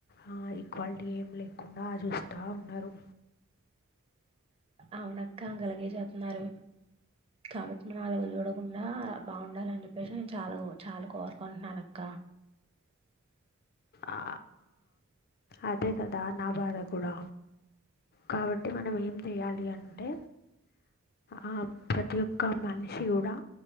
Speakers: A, on the left (about 50°); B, on the right (about 25°).
A: అ ఈక్వాలిటీ ఏం లేకుండా చూస్తా ఉన్నారు
B: అవునక్క కలాగే చెతున్నారు, కాబట్టి మనం అలుగు చూడకుండా బాగుండాలని చెప్పేసి నేను చాలా చాలా కోరుకుంటున్నాన అక్క
A: అ అదే కదా నా బాధ కూడా, కాబట్టి మనం ఏం చేయాలి అంటే, అ ప్రతి ఒక్క మనిషి కూడా